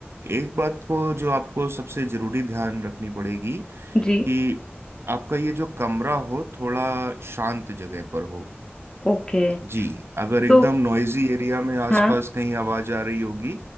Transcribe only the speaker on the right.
एक बात को जो आपको सबसे जरूरी ध्यान रखनी पड़ेगी
कि आपका ये जो कमरा हो थोड़ा शांत जगह पर हो
जी अगर एकदम
नॉइजी एरिया में आसपास
कहीं आवाज आ रही होगी